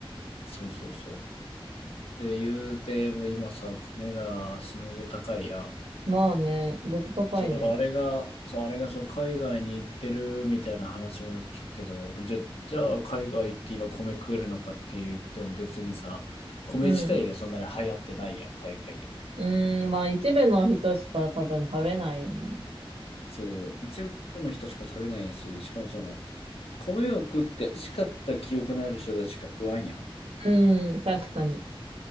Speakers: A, on the left; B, on the right.
A: そうそうそう。で、言うても今さ、米が死ぬほど高いやん。
B: まあね、ずっと高いね。
A: そう、だからあれが、そう、あれがその海外に行ってるみたいな話もよく聞くけど、じゃ、じゃあ海外行って今米食えるのかって言っても別にさ、米自体がそんなに流行ってないやん、
B: うん。
A: 海外で。
B: うーん、まあ一部の人しか多分食べないよね。
A: そう、一部の人しか食べないし、しかもその、米を食って美味しかった記憶のある人たちが食わんやん。
B: うん、確かに。